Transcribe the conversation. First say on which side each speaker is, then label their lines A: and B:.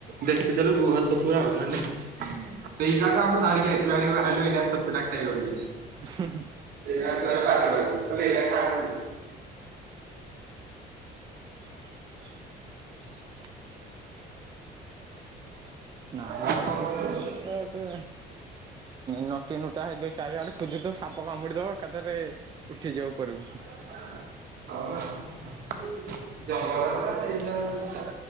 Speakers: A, on the right; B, on the right.
A: ଦେଖିଥିଲୁ ଗୃହ ଛତୁ ଗୁରା ଆଉ ମାନେ ସେଇଟା ତ ଆମେ ଧରିକି ଆଇଥିଲୁ <unintelligible> ଏଇଟା ଛତୁଟା ଖାଇବା ବୋଲି।
B: ହୁଁ ହୁଁ।
A: <unintelligible>
B: <inaudible> ନାଡ
A: ଆଉ
B: ଛତୁ
A: କଣ କହିଲୁ
B: ଏରା ଏତେ ନଟି ନୁଟା ହେଇଯାଉଛି। ଚାରିଆଡେ ଖୋଜୁଥିବ ସାପ କାମୁଡିଦବ ଏକାଥରେ, ଉଠିଯିବ ଉପରକୁ।
A: <unintelligible> ଜଙ୍ଗଲରେ ସେଇ ହିସାବରେ <unintelligible>